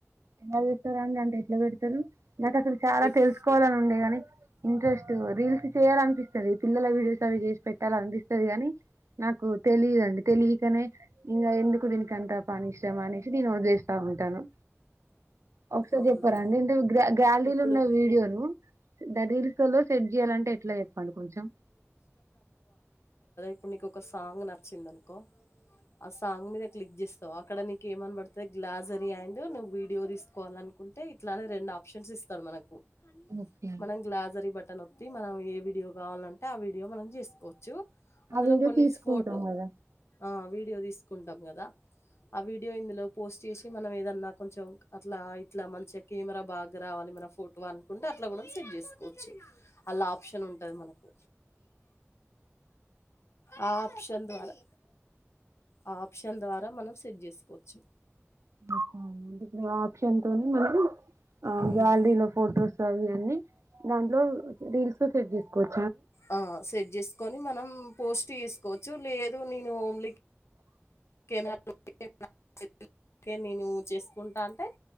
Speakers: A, on the right (about 80°); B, on the left (about 65°).
A: ఎలా చేస్తారు అండీ అంత ఎట్లా పెడతారు నాకు అసలు చాలా
B: ఇప్
A: తెలుసుకోవాలని ఉండే గాని ఇంట్రెస్ట్ రీల్స్ చేయాల అనిపిస్తుంది పిల్లల వీడియో తీసి చేసి పెట్టాల అనిపిస్తుంది గాని నాకు తెలిదండి తెలియకనే ఇంకా ఎందుకు దీనికింత పని కష్టం అనేసి నేను వదిలేస్తాను ఉంటాను ఒకసారి
B: అవునా
A: చెప్పారాండి ఇంటే గ్యాలరీలో
B: ఇప్పుడు
A: ఉన్న వీడియోను రీల్లో సెట్ చేయాలంటే ఎట్లా చెప్పాలి కొంచెం
B: అప్పుడు నీకు ఒక సాంగ్ నచ్చింది అనుకో ఆ సాంగ్ మీద క్లిక్ చేస్తావు అక్కడ నీకు ఏమన పడుతుంది గ్లాస్ అని అండ్ నువ్ వీడియో తీసుకోవాలనుకుంటే ఇట్లానే రెండు ఆప్షన్స్ ఇస్తాడు మనకు
A: ఓకే.
B: మనం గ్లాజరీ బటన్ వతి మనం ఏ వీడియో కావాలంటే ఆ వీడియో మనం చేసుకోవచ్చు అందులో
A: ఆ వీడియో
B: కొన్ని
A: తీసుకుంటాం
B: ఫోటో
A: కదా
B: ఆ వీడియో తీసుకుంటాం కదా ఆ వీడియో ఇందులో పోస్ట్ చేసి మనం ఏదన్నా కొంచెం అట్లా ఇట్లా మంచిగా కెమెరా బాగా దగ్గర రావాలి మన ఫోటో అనుకుంటే అట్లా కూడా సెడ్ చేసుకోవచ్చు అలా ఆప్షన్ ఉంటది మనకు ఆ ఆప్షన్ ద్వారా ఆ ఆప్షన్ ద్వారా మనం సెట్ చేసుకోవచ్చు
A: అ ఆప్షన్ తోనే మనీ ఆ
B: హ్మ్.
A: గ్యాలరీలో ఫొటోస్ అవి అన్నీ దాంట్లో రీల్స్ సెట్ చేసుకోవచ్చు
B: ఆ సెట్ చేసుకొని మనం పోస్ట్ చేసుకోవచ్చు లేదు నేను ఓమ్లీ కెమెరా తోటి నేను చేసుకుంటా అంటే